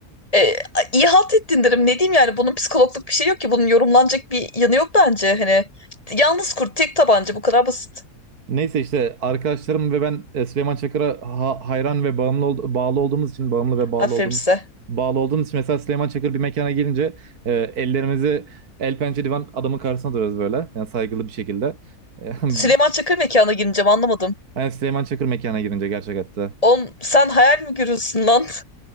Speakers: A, on the left; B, on the right.
A: E, iyi halt ettin derim. Ne diyeyim yani bunun psikologluk bir şey yok ki. Bunun yorumlanacak bir yanı yok bence. Hani yalnız kurt tek tabanca bu kadar basit.
B: Neyse işte arkadaşlarım ve ben e, Süleyman Çakır'a ha- hayran ve bağımlı ol- bağlı olduğumuz için bağımlı ve bağlı
A: Aferin
B: olduğum
A: size.
B: bağlı olduğumuz için mesela Süleyman Çakır bir mekana gelince e, ellerimizi el pençe divan adamın karşısına duruyoruz böyle. Yani saygılı bir şekilde. E, <laughs> bu-
A: Süleyman Çakır mekana gireceğim anlamadım.
B: yani Süleyman Çakır mekana girince gerçek hatta.
A: On, sen hayal mi görüyorsun lan? <laughs>